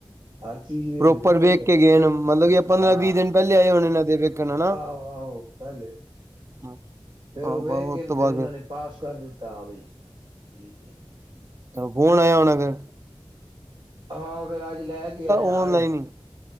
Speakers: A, on the right; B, on the right.
A: ਹਰ ਚੀਜ਼ ਵੇਖਦੇ
B: ਪ੍ਰੋਪਰ
A: ਨਾ
B: ਵੇਖ
A: ਅੱਜ ਕੱਲ
B: ਕੇ ਗਏ ਮਤਲਬ ਕਿ ਪੰਦਰਾਂ
A: ਹਾਂ
B: ਵੀਹ ਦਿਨ ਪਹਿਲੇ ਆਏ ਹੋਣੇ ਦੇ ਵੇਖਣ ਆ ਨਾ,
A: ਆਹੋ ਆਹੋ ਪਹਿਲੇ
B: ਹਾਂ,
A: ਫੇਰ ਉਹ ਵੇਖ
B: ਬਸ
A: ਗਏ
B: ਉਸ ਤੋਂ
A: ਫੇਰ
B: ਬਾਅਦ
A: ਉਹਨਾਂ
B: ਫਿਰ
A: ਨੇ ਪਾਸ ਕਰ ਦਿੱਤਾ ਆ ਬਈ ਠੀਕ ਹੈ।
B: ਫੋਨ ਆਇਆ ਹੋ ਘਰ,
A: ਹਾਂ ਫਿਰ ਅੱਜ ਲੈ ਕੇ ਆਇਆ
B: ਔਨਲਾਈਨ
A: ਅੱਜ,
B: ਹੀ